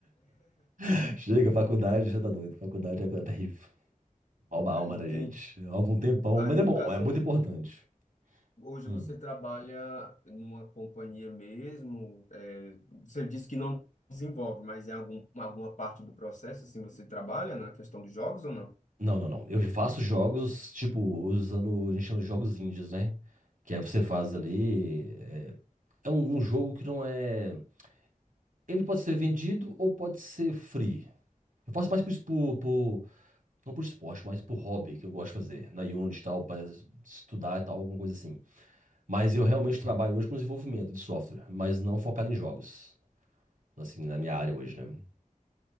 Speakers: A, on the right; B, on the left.
A: <laughs> Chega, faculdade, já tá doido. Faculdade é coisa terrível. Rouba a alma
B: Entende?
A: da gente. Há algum tempão,
B: Aí,
A: mas é
B: no
A: bom,
B: caso,
A: é muito importante.
B: Hoje
A: Hum.
B: você trabalha numa companhia mesmo, é, você disse que não desenvolve, mas em algum, alguma parte do processo, assim, você trabalha na questão dos jogos ou não?
A: Não, não, não. Eu faço jogos, tipo, usando, a gente chama de jogos indies, né? Que é você faz ali. É é um, um jogo que não é. Ele pode ser vendido ou pode ser free. Eu faço mais por, es- por, por- não por esporte, mas por hobby que eu gosto de fazer. Na Unity e tal, para estudar e tal, alguma coisa assim. Mas eu realmente trabalho hoje com desenvolvimento de software, mas não focado em jogos. assim, na minha área hoje, né?